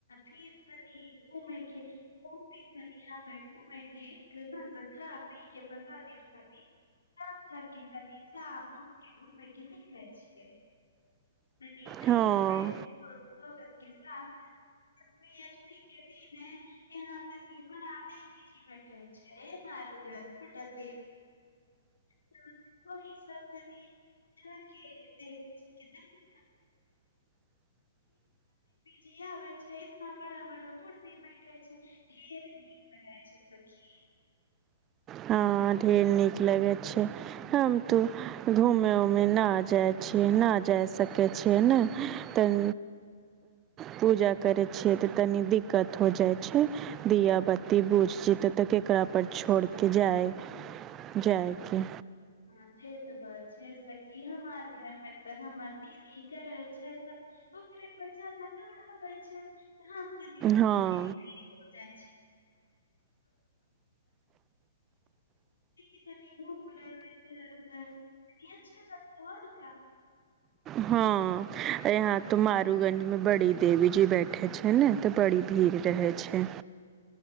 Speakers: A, on the left; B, on the right.
A: फिर तनि घूमय के बहुत दिन तनि हमे घूमय के एकदम ख़ा पी के प्रसादी उर्शादी तब जाके कनी साँम उमके घुमै ले निकलै छियै तनी फ्रेंड
B: हँ
A: <unintelligible> सतमी अठमी के दिन यहाँ तनी बड़ी देवीजी बैठे छै बमे <unintelligible> जा के देबी जी देवी जी आबे छै एतना बड़ा बड़ा मूर्ति बैठे छै ढेर नीक लगै छै सखी
B: हँ हा ढेर नीक लगे छै हम त घूमे उमे न जाय छीयै जा सकै छियै ने तऽ पूजा करैत छियै तऽ तनी दिक्कत हो जाय छै दीया बत्तती बूझ छियय त तऽ केकरा पर छोड़ के जाय जायके
A: ह जे त बात छै सखी की हमर घरमे तऽ हमर दीदी करै छय ओकरे पर ज्यादा लोड नै होै छै त हम तनि तनि
B: हँ
A: देर पर फ्री हो जाय छिये <unintelligible> <unintelligible>
B: हा यहाँ तो मारूगंजमे बड़ी देवी जी बैठे छै ने तऽ बड़ी भीड़ भीड़ रहै छय